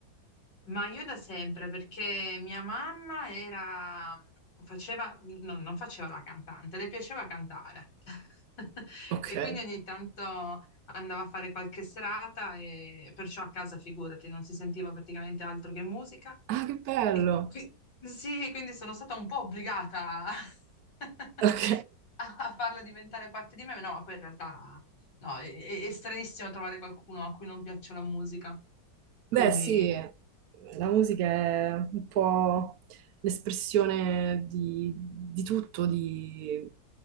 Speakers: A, on the left; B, on the right.
A: Ma io da sempre, perché mia mamma era, faceva, no, non faceva la cantante, le piaceva cantare. <laughs>
B: Ok.
A: E quindi ogni tanto andava a fare qualche serata e perciò a casa, figurati, non si sentiva praticamente altro che musica.
B: Ah, che bello!
A: E qui- sì, quindi sono stata un po' obbligata <laughs>
B: Ok.
A: a a farla diventare parte di me, no, ma no, poi in realtà no, è, è- è stranissimo trovare qualcuno a cui non piaccia la musica. Quindi
B: Beh, sì, la musica è un po' l'espressione di, di tutto, di-